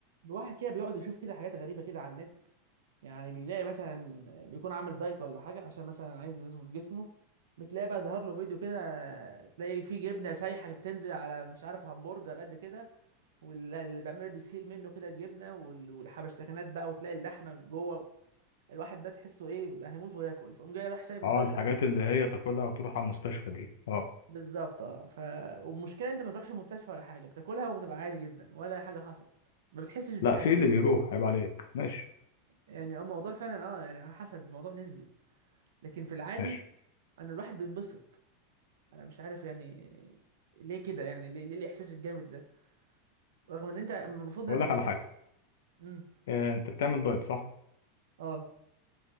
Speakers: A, on the right; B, on the left.
A: الواحد كده بيقعد يشوف كده حاجات غريبة كده على النت يعني بيلاقي مثلا بيكون عامل دايت ولا حاجة عشان مثلا عايز يظبط جسمه بتلاقي بقى ظهر له فيديو كده تلاقي فيه جبنة سايحة بتنزل على مش عارف همبرجر قد كده واللي بيعمل بيسيل منه كده الجبنة وال- والحبشتكنات بقى وتلاقي اللحمة جوه الواحد بقى تحسه ايه بقى هيموت وياكل فقوم جاي راح سايب الدايت
B: اه الحاجات
A: سايب كل
B: اللي
A: حاجة
B: هي تاكلها وتروح على المستشفى دي اه
A: بالظبط اه ف والمشكلة انت ما تروحش المستشفى ولا حاجة بتاكلها وبتبقى عادي جدا ولا حاجة حصلت ما بتحسش بحاجة
B: لا في اللي بيروح عيب عليك ماشي
A: يعني اه الموضوع فعلا اه يعني على حسب الموضوع نسبي لكن في العادي
B: ماشي
A: انا الواحد بينبسط انا مش عارف يعني ليه كده يعني ليه, ليه الاحساس الجامد ده رغم ان انت المفروض
B: اقول
A: لما
B: لك
A: بتخس
B: على حاجه
A: امم
B: آه انت بتعمل دايت صح
A: اه